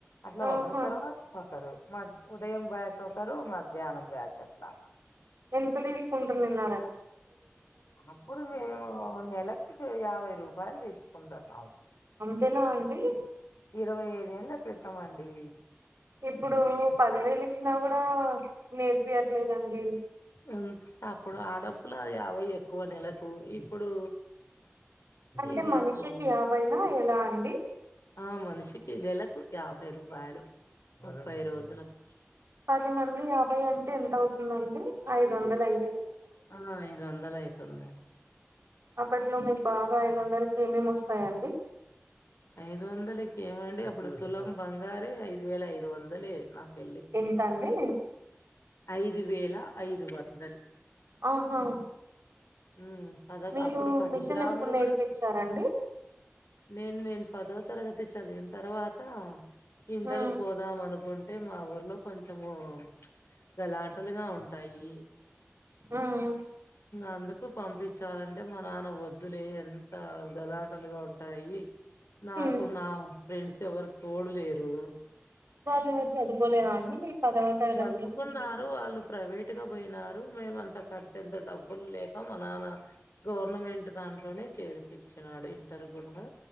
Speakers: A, on the left; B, on the right.
A: అట్లా
B: ఆహా
A: ఒకరి తర్వాత ఒకరు మ ఉదయం బ్యాచ్ ఒకరు మధ్యాహ్నం బ్యాచ్ అట్లా
B: ఎంత తీసుకుంటునిన్న
A: అప్పుడు మేము నెలకి యాభై రూపాయలు తీసుకుంటన్నామ్
B: అంతేనా అండి
A: ఇరవై ఐదు ఏళ్ళ క్రితమండి
B: ఇప్పుడు పదివేలు ఇచ్చినా కూడా నేర్పియట్లేదండి
A: ఉం అప్పుడు ఆ డప్పుల అ యాభై ఎక్కువ నెలకు ఇప్పుడు
B: అంటే
A: ఇది
B: మనిషికి
A: ఎక్కువ
B: యాబైనా ఎలా అండి
A: ఆ మనిషికి నెలకు యాభై రూపాయలు ముప్పై రోజులకి
B: పది మంది యాభై అంటే ఎంత అవుతుందండి ఐదు వందల అయి
A: ఆ ఐదు వందలయితుంద
B: అప్పట్లో మీకు బాగా ఐదు వందలకి ఏమేమ్ వస్తాయండి
A: ఐదు వందలకి ఏమండి అప్పుడు తులం బంగారె ఐదు వేల ఐదు వందలె నా పెళ్ళికి
B: ఎంత అండి
A: ఐదు వేల ఐదు వందల్
B: ఆహా
A: ఉం పద
B: మీరు
A: అప్పుడు పది
B: మిషన్
A: గ్రాములు
B: ఎప్పుడు నేర్పించారండి
A: గుడా నేను నేను పదో తరగతి చదివిన తర్వాత ఇంటర్
B: ఉమ్,
A: కు పోదాం అనుకుం అంటే మా ఊర్లో కొంచము గలాటలుగా ఉంటాయి
B: ఉమ్,
A: అందుకు పంపించాలంటే మా నాన్న వద్దులే ఎంత గలాటలుగా ఉం టాయి నాకు
B: ఉమ్.
A: నా ఫ్రెండ్స్ ఎవరు తోడులేరు
B: వాళ్ళు ఎవరు చదువుకోలేదా అండి మీ పదవ తరగతిలో
A: చదువుకున్నారు
B: స్నేహితులు
A: వాళ్ళు ప్రైవేట్ ట్గా పోయినారు మేమంత కట్టేంత డబ్బులు లేక మా నాన్న గవర్నమెంట్ దాంట్లోనే చేర్పించారు ఇంటరు కూడా